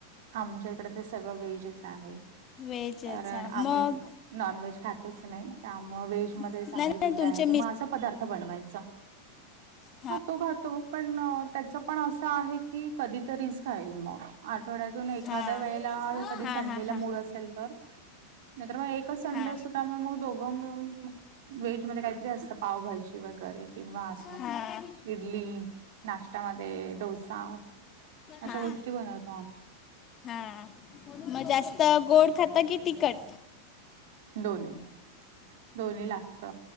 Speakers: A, on the right; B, on the left.
A: आमच्या इकडे तर सगळं वेजेस आहे
B: व्हेजचा
A: कारण
B: मग
A: आम्ही नॉनव्हेज खातच नाही. त्यामुळ वेहेजमध्येध्येच
B: नाही
A: आहे
B: नाही
A: जे
B: तुमचे
A: काय आहे ते मग असा पदार्थ बनवायचा.
B: ह.
A: हा तो घातो पण त्याच पण असं आहे की कधीतरीच खाईल मग आठवड्या एखा्या
B: हा
A: वेळे कधी
B: हा
A: सं
B: हा हा हा
A: मड असेल तर मग संडेसद्ध
B: हा
A: म मग दोघं मिळून वेज मध्ये काहीतरी असतं पावभाजी वगैरे किंवा असं
B: हा
A: इडली नाश्त्यामध्ये डोसा. अशा
B: हा हा
A: गोष्टी बनवतात.
B: हा मग जास्त गोड खातं की तिकट.
A: दोन्ही दोन्ही लागत